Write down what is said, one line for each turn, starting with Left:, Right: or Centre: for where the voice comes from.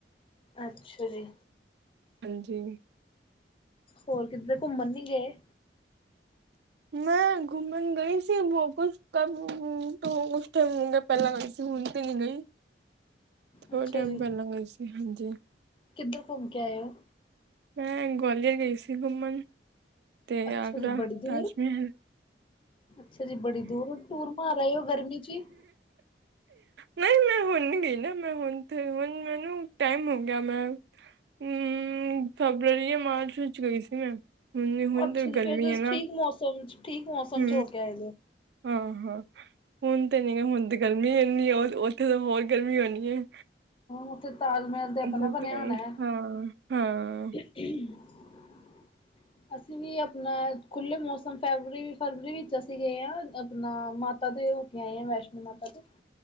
Left: ਅੱਛਾ ਜੀ।
Right: ਹਾਂਜੀ।
Left: ਹੋਰ, ਕਿੱਧਰ ਘੁੰਮਣ ਨੀ ਗਏ?
Right: ਮੈਂ ਘੁੰਮਣ ਗਈ ਸੀ। ਕੁਛ ਕ ਤੂੰ ਉਸ ਟਾਈਮ ਪਹਿਲਾਂ ਗਈ ਸੀ ਹੁਣ ਤੇ ਨ ਗਈ। ਥੋੜੇ
Left: ਅੱਛਾ
Right: ਟਾਈਮ
Left: ਜੀ
Right: ਪਹਿਲਾਂ ਗਈ ਸੀ ਹਾਂਜੀ।
Left: ਕਿੱਧਰ ਘੁੰਮ ਕੇ ਆਇਓ?
Right: ਮੈਂ ਗਵਾਲੀਅਰ ਗਈ ਸੀ ਘੁੰਮਣ। ਤੇ
Left: ਅੱਛਾ
Right: ਆਗਰਾ
Left: ਜੀ ਬੜੀ ਦੂਰ
Right: ਤਾਜ ਮਹਿਲ।
Left: ਅੱਛਾ ਜੀ ਬੜੀ ਦੂਰ ਟੂਰ ਮਾਰ ਰਹੇ ਹੋ ਗਰਮੀ ਚ' ਹੀ।
Right: ਨਹੀਂ ਮੈਂ ਹੁਣ ਗਈ ਨਾ ਮੈਂ ਹੁਣ ਤੇ ਹੁਣ ਮੈਨੂੰ ਟਾਈਮ ਹੋ ਗਿਆ ਮੈਂ ਹੂ, ਫਬਰਵਰੀ ਜਾਂ ਮਾਰਚ ਵਿੱਚ ਗਈ ਸੀ ਮੈਂ ਹੁਣ- ਹੁਣ
Left: ਅੱਛਾ
Right: ਤੇ
Left: ਜੀ ਫੇਰ
Right: ਗਰਮੀ
Left: ਤੁਸੀਂ
Right: ਹੈ ਨਾ।
Left: ਠੀਕ ਮੌਸਮ ਚ' ਠੀਕ ਮੌਸਮ
Right: ਹ,
Left: ਚ ਹੋ ਕੇ ਆਏ ਦੇ ਹੋ
Right: ਹਾਂ- ਹਾਂ। ਹੁਣ ਤਾਂ ਨੀ ਹੁਣ ਗਰਮੀ ਇਨੀ, ਉੱਥੇ ਤਾਂ ਹੋਰ ਗਰਮੀ ਹੋਣੀ ਹੈ।
Left: ਉੱਥੇ ਤਾਜ ਮਹਿਲ। ਤੇ
Right: ਹਾਂ-
Left: ਆਪਣਾ ਬਣਿਆ ਹੋਣਾ ਹੈ
Right: ਹਾਂ।
Left: <inaudible> ਅਸੀਂ ਵੀ ਆਪਣਾ ਖੁੱਲ੍ਹੇ ਮੌਸਮ ਫਰਵਰੀ ਵੀ ਫਰਵਰੀ ਵਿੱਚ ਅਸੀਂ ਗਏ ਹਾਂ, ਆਪਣਾ ਮਾਤਾ ਦੇ। ਆਏ ਆ ਵੈਸ਼ਨੋ ਮਾਤਾ ਤੇ।